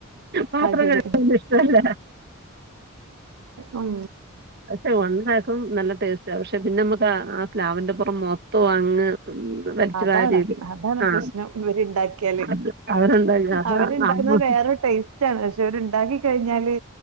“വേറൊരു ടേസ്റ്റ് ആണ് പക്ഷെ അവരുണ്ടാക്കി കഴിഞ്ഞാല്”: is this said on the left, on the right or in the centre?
Right